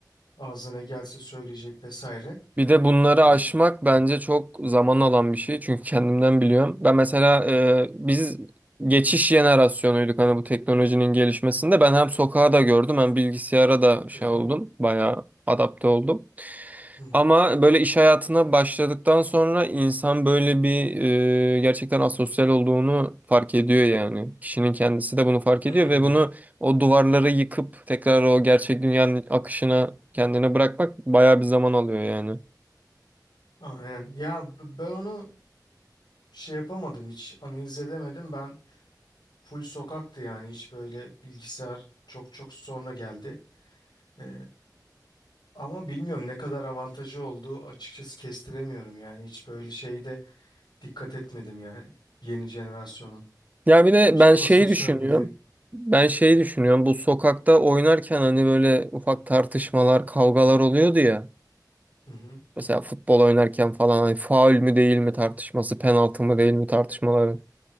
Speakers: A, on the left; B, on the right.
A: ağzına ne gelse söyleyecek vesaire.
B: Bir de bunları
A: E,
B: aşmak bence çok zaman alan bir şey. Çünkü kendimden biliyorum. Ben mesela e, biz geçiş jenerasyonuyduk hani bu teknolojinin gelişmesinde. Ben hem sokağa da gördüm hem bilgisayara da şey
A: Hı hı.
B: oldum. Bayağı adapte oldum.
A: Hı hı.
B: Ama böyle iş hayatına başladıktan sonra insan böyle bir e, gerçekten asosyal olduğunu fark ediyor yani. Kişinin kendisi de bunu fark
A: Hmm,
B: ediyor ve bunu o duvarları yıkıp tekrar o gerçek dünyanın akışına kendini bırakmak bayağı bir zaman alıyor yani.
A: Aynen. Ya b- ben onu şey yapamadım hiç analiz edemedim. Ben full sokaktı yani hiç böyle bilgisayar çok çok sonra geldi. E, ama bilmiyorum ne kadar avantajı olduğu açıkçası kestiremiyorum yani hiç böyle şeyde Dikkat etmedim yani. Yeni jenerasyonun.
B: Ya bir de
A: İşte
B: ben şeyi
A: asosyal
B: düşünüyorum.
A: bir değil.
B: Ben şeyi düşünüyorum. Bu sokakta oynarken hani böyle ufak tartışmalar, kavgalar oluyordu ya.
A: Hı hı.
B: Mesela futbol oynarken falan hani faul mü değil mi tartışması, penaltı mı değil mi tartışmaları.